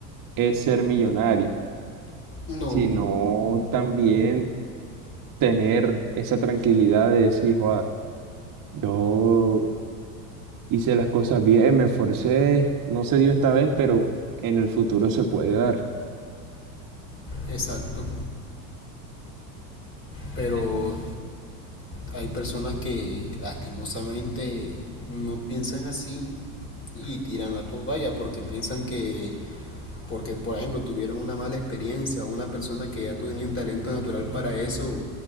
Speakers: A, on the right (about 45°); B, on the left (about 25°).
A: es ser millonario,
B: No,
A: sino también tener esa tranquilidad de decir, joa yo hice las cosas bien, me esforcé, no se dio esta vez, pero en el futuro se puede dar.
B: exacto. Pero
A: Eh,
B: Hay personas que lastimosamente no piensan así y tiran la toalla porque piensan que porque por ejemplo tuvieron una mala experiencia o una persona que ya tenía un talento natural para eso